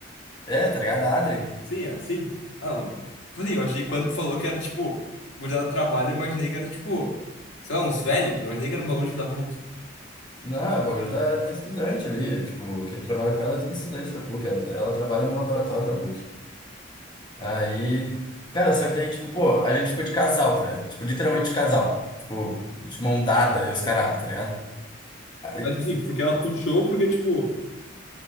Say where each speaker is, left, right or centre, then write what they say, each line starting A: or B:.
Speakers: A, on the left; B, on the left.
A: É, tá ligado? A Adri.
B: Sim, é, sim. Ah, não. Tipo assim, eu achei que quando tu falou que era, tipo, gurizada do trabalho, eu imaginei que era, tipo, sei lá, uns velhos. Não imaginei que era um bagulho, tipo, da PUC.
A: Não, é o bagulho da, de estudante ali, tipo, quem trabalha com ela é tudo estudante da PUC, ela, ela trabalha no laboratório da PUC. Aí, cara, só que daí, tipo, pô, a gente ficou de casal, tá ligado? Tipo, literalmente de casal. Tipo, de mão dada e os caralho, tá ligado? Aí,
B: Mas, tipo assim, porque ela puxou, porque, tipo...